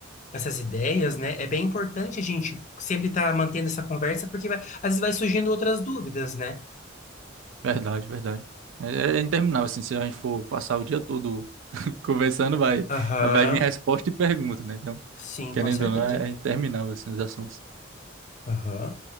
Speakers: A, on the left; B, on the right.
A: essas ideias, né? É bem importante a gente sempre estar mantendo essa conversa, porque vai- às vezes vai surgindo outras dúvidas, né?
B: Verdade, verdade. É, é é interminável, assim, se a gente for passar o dia todo <laughs> conversando, vai,
A: Aham,
B: vai vir resposta e pergunta, né? Então,
A: sim,
B: querendo
A: com certeza.
B: ou não, é, é interminável, assim, os assuntos.
A: Aham.